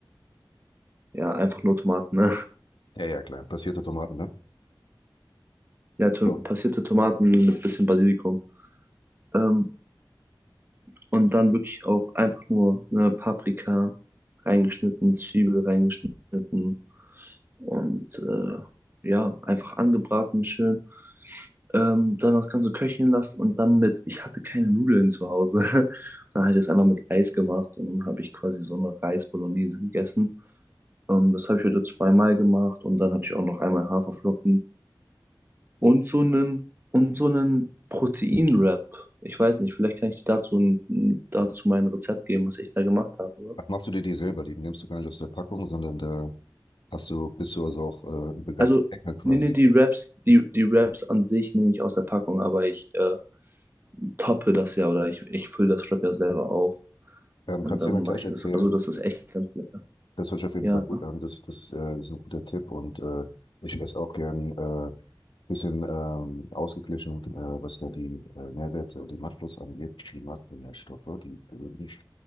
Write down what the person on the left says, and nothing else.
Ja, ja, klar. Passierte Tomaten, ne?
So.
Machst du dir die selber? Die nimmst du gar nicht aus der Packung, sondern da Hast du, bist du also auch äh, ein begabter
Hacker quasi?
Ähm,
kannst
du ja mal
gleich
erzählen.
Das hört sich auf jeden
Fall gut an. Das, das, äh, das ist ein guter Tipp und äh, ich esse auch gern äh, bisschen ähm, ausgeglichen, äh, was da die äh, Nährwerte und die Makros angeht, die Makronährstoffe, die berühren mich.